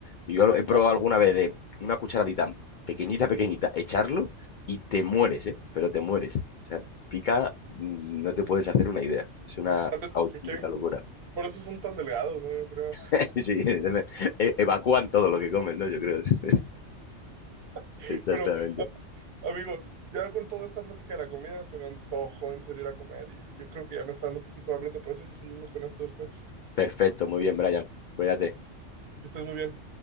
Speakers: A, on the left; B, on the right.
A: Y yo he probado
B: Ah,
A: alguna vez de una cucharadita pequeñita, pequeñita, echarlo y te mueres, ¿eh? Pero te mueres. O sea, pica, mm, no te puedes hacer una idea. Es una
B: tal vez
A: auténtica
B: porque quieren-
A: locura.
B: por eso son tan delgados, ¿no? Yo creo.
A: Sí, sí, <laughs> e- evacúan todo lo que comen, ¿no? Yo creo. <laughs>
B: <laughs>
A: Exactamente.
B: Pero, amigo, ya con toda esta plática de la comida se me antojó en serio ir a comer y yo creo que ya me está dando un poquito de hambre. ¿Te parece si seguimos con esto después?
A: Perfecto, muy bien, Brian. Cuídate.
B: Que estés muy bien.